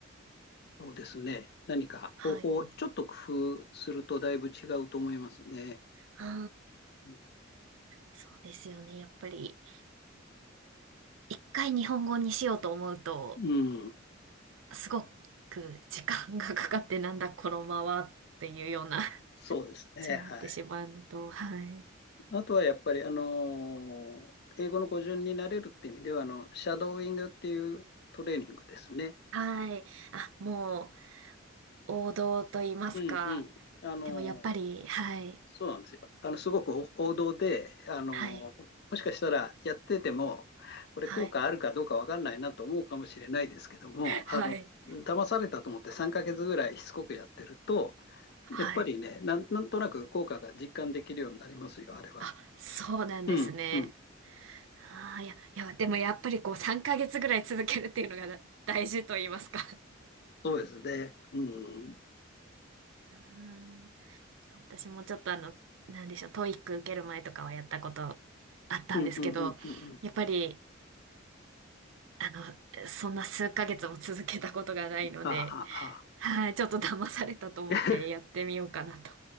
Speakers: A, on the left; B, on the right.
A: をですね、何か方法をちょっと工夫するとだいぶ違うと思いますね。
B: はい。ああ、
A: う
B: そうですよね。やっぱり、一回日本語にしようと思うと、
A: ん。
B: すごく時間がかかってなんだこのままっていうような感
A: そうですね。
B: じになってしまうのと、
A: はい。
B: はい。
A: あとはやっぱり、あのー英語の語順になれるっていう意味では、あの、シャドーイングっていうトレーニングですね。
B: はい。あ、もう、王道と言いますか。
A: うんうん。あの
B: でもやっぱり、はい。
A: そうなんですよ。あの、すごく王道で、あの、
B: はい。
A: もしかしたらやってても、これ効果あるかどうかわかんないなと思うかもしれないですけども、
B: はい。はい。
A: あの、騙されたと思って3ヶ月ぐらいしつこくやってると、
B: はい。
A: やっぱりね、なん、なんとなく効果が実感できるようになりますよ、あれは。
B: あ、そうなんですね。
A: うん、うん、
B: ああ、いや、いや、でもやっぱりこう3ヶ月ぐらい続けるっていうのがだ大事と言いますか。
A: そうですね。うん、うん、
B: うーん私もちょっとあの、なんでしょう、トイック受ける前とかはやったことあったんですけど、
A: うん、うん、うんうん。
B: やっぱり、あの、そんな数ヶ月も続けたことがないので、
A: ああ、ああ。
B: はい、ちょっと騙されたと思ってやってみようかなと、
A: <laughs>